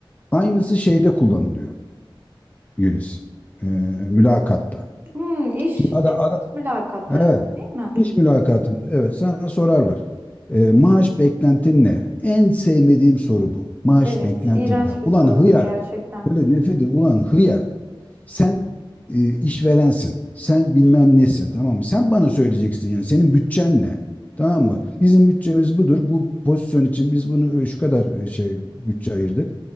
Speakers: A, on the left; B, on the right.
A: aynısı şeyde kullanılıyor Yunus. E, mülakatta.
B: Hmm, iş,
A: Şimdi
B: e,
A: ada-
B: iş mülakatlarında
A: Evet.
B: değil mi?
A: İş mülakatında evet sana sorarlar. Ee, maaş beklentin ne? En sevmediğim soru bu. Maaş
B: Evet,
A: beklentim
B: iğrenç
A: ne?
B: bir
A: Ulan
B: sorudur
A: hıyar.
B: gerçekten.
A: Böyle nefret ediyorum. Ulan hıyar. Sen e, işverensin. Sen bilmem nesin. Tamam mı? Sen bana söyleyeceksin yani. Senin bütçen ne? Tamam mı? Bizim bütçemiz budur. Bu pozisyon için biz bunu e, şu kadar e, şey bütçe ayırdık.